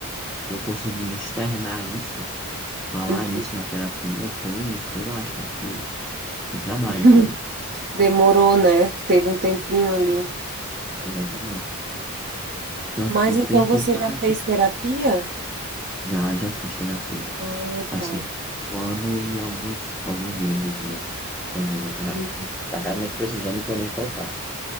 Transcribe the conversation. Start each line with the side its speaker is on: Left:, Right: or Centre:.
Centre: de eu conseguir externar isso, falar
Right: Uhum.
Centre: nisso na terapia, foi, foi lasca, foi, foi trabalho,
Right: <laughs>
Centre: sabe?
Right: Demorou, né? Teve um tempinho ali.
Centre: Exatamente. Então,
Right: Mas
Centre: tipo,
Right: então
Centre: tem toda
Right: você já fez
Centre: essa
Right: terapia?
Centre: Já, já fiz terapia.
Right: Ah,
Centre: Passei
Right: tá.
Centre: um ano e alguns, alguns meses fazendo. Tá,
Right: Uhum.
Centre: tá realmente precisando e planejo voltar.